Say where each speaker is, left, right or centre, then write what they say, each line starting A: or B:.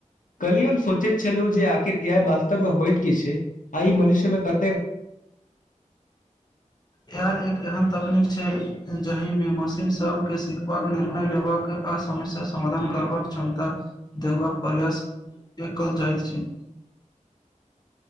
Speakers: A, on the left (about 85°); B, on the left (about 30°).
A: कलिय हम सोचैत छलहुँ जे आखिर इ वास्तवमे होइत की छै आ मनुष्यमे क
B: यह एक एहन तक तनीक छै जाहिमे मशीन सबके सीखबाक निर्णय लेबाक आ समस्याक समाधान करबाक बाक क्षमता देखबाक प्रयास कल जाइत छै <inaudible>